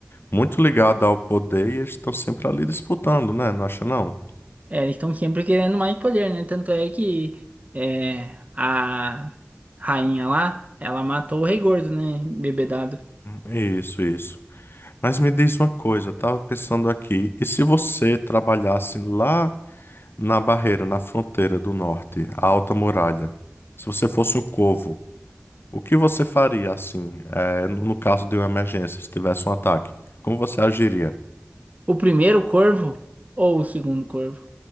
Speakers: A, on the left (about 55°); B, on the right (about 35°).
A: muito ligada ao poder e eles estão sempre ali disputando, né? Não acha não?
B: É, eles estão sempre querendo mais poder, né? Tanto é que é, a rainha lá, ela matou o rei gordo, né? Bebedado.
A: Isso, isso. Mas me diz uma coisa, eu tava pensando aqui, e se você trabalhasse lá na barreira, na fronteira do norte, a Alta Muralha, se você fosse um corvo, o que você faria assim, eh, no no caso de uma emergência, se tivesse um ataque? Como você agiria?
B: O primeiro corvo ou o segundo corvo?